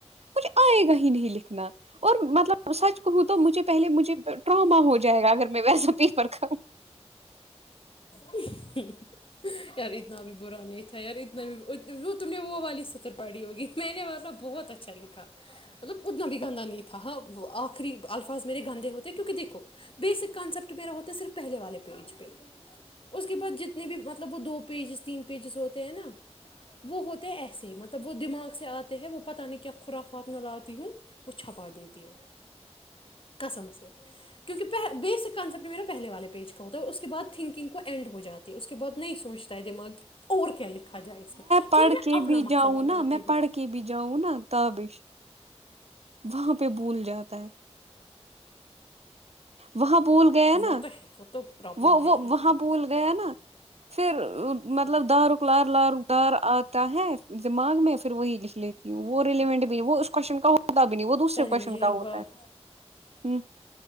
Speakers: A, on the right; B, on the left.
A: مجھے آئے گا ہی نہیں لکھ نا اور مطلب سچ کہوں تو مجھے پہلے مجھے ٹراما ہو جائے گا اگر میں ویسا پیپر کھ
B: <inaudible> اری اتنا بھی برا نہیں تھا یار اتنا بھی وہ تم نے وہ والی ستر پڑی ہوگی میں نےن بہت اچھا لکھا مطلب اتنا بھی گندا نہیں تھا آخری الفاظ میرے گندے ہوتے کیونکہ دیکھو بیسک کانسپٹ میرا ہوتا صرف پہلے والے پیج پہ اس کے بعد جت اتنے بھی مطلب وہ دو پیجز تین پیجز ہوتے ہیں نا وہ ہوتے ہیں ایسے مطلب وہ دماغ سے آتے ہیں وہ پتا نہیں کیا کیا خرافات میں لاتی ہوں وہ چھپا دیتی ہوں کسم سے کیونکہ بیسک کانسپٹ میرا پہلے والے پیج کا ہوتا ہے اس کے بعد ت اینڈ ہو جاتی ہے اس کے بعد نہیں سوچتا ہے دماغ اور کیا لکھا جائے اس میں
A: پڑھ
B: پھر میں
A: کے
B: اپنا
A: بھی
B: مسہ
A: جاؤں
B: کرتی
A: نا میں
B: ہوں
A: پڑھ کے بھی جاؤں نا تابش وہاں پہ بھول جاتا ہے وہاں پول گیا
B: وہ
A: نا
B: تو ہے وہ تو پرابلم
A: وہ
B: ہے
A: وہ
B: ہی
A: وہاں
B: ہے
A: پول گیا نا پھر مطلب دارک لار لارکتار آتا ہے دماغ میں پھر وہی لکھ لیتی وہ ریلیونٹ بھی نہیں وہ اس کوشچن کا ہوتا بھی نہیں وہ دوسرے
B: پہلے
A: کوشچن
B: مجھے
A: کا
B: ایک
A: ہوتا
B: بات
A: ہے ہ